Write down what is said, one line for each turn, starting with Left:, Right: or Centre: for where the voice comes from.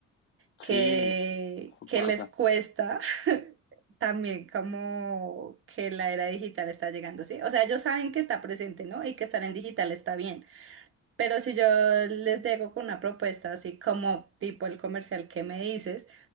Right: que,
Left: sí, eso
Right: que
Left: pasa,
Right: les cuesta <laughs> también como que la era digital está llegando, ¿sí? O sea, ellos saben que está presente, ¿no? Y que estar en digital está bien. Pero si yo les llego con una propuesta así como tipo el comercial que me dices,